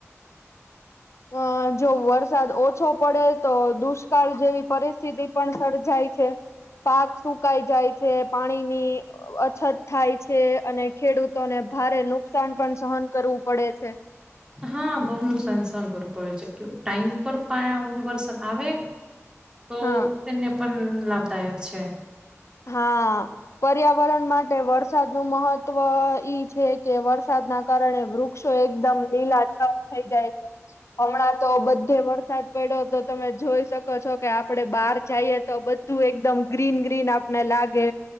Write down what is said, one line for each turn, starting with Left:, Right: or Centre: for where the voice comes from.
Left: અ જો વરસાદ ઓછો, પડે તો દુષ્કાળ જેવી પરિસ્થિતિ પણ સર્જાય એ છે. પાક સુકાઈ જાય છે, પાણીની અછત થાય છે અને ખેડૂતોને ભારે નુકસાન પણ સહન કરવું પડે છે.
Right: હા, બઉ નુકસાન સહન કરવું પડે છે. કે ટાઈમ પર પા વરસાદ આવે તો
Left: હા
Right: તેને પણ લાભદાયક છે.
Left: હા પર્યાવરણ માટે વરસાદ નું મહત્વ ઈ છે, કે વરસાદના કારણે વૃક્ષો એકદમ લીલા છમ થઈ જાય છે. હમણાં તો બધે વરસાદ પડ્યો તો તમે જોઈ શકો છો કે આપડે બહાર જાઈએ તો બ ધૂ એકદમ ગ્રીન, ગ્રીન આપને લાગે